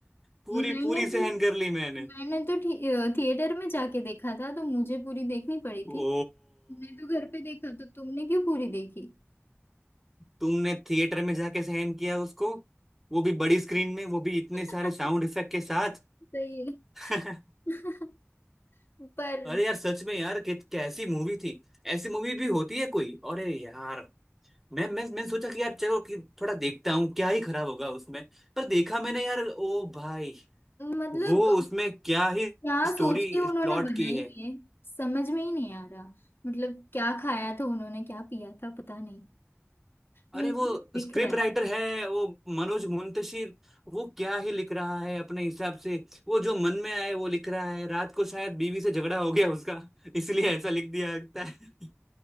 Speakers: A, in the centre; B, on the left.
A: पूरी
B: मैंने
A: पूरी
B: तो
A: सहन कर ली मैंने
B: मैंने तो थि- अ, थिएटर में जाके देखा था तो मुझे पूरी देखनी पड़ी थी
A: ओ
B: तुमने तो घर पे देखा तो तुमने क्यों पूरी देखी
A: तुमने थिएटर में जाके सहन किया उसको वो भी बड़ी स्क्रीन में वो भी इतने
B: <laughs>
A: सारे साउंड इफेक्ट के साथ
B: सही
A: <laughs>
B: है <laughs> पर
A: अरे यार सच में यार कि, कैसी मूवी थी ऐसी मूवी भी होती है कोई अरे यार मैं मैं मैंने सोचा कि यार चलो कि थोड़ा देखता हूँ क्या ही खराब होगा उसमें पर देखा मैंने यार ओ भाई
B: मतलब
A: वो उसमें क्या ही
B: क्या
A: स्टोरी
B: सोच के उन्होंने
A: प्लॉट
B: बनाई
A: की है
B: है समझ में ही नहीं आ रहा मतलब क्या खाया था उन्होंने क्या पिया था पता नहीं <laughs>
A: अरे
B: मुंह
A: वो
B: में दिख
A: स्क्रिप्ट
B: रहा है
A: राइटर है वो मनोज मुंतशिर वो क्या ही लिख रहा है अपने हिसाब से वो जो मन में आए वो लिख रहा है रात को शायद बीवी से झगड़ा हो गया उसका इसलिए ऐसा लिख दिया लगता है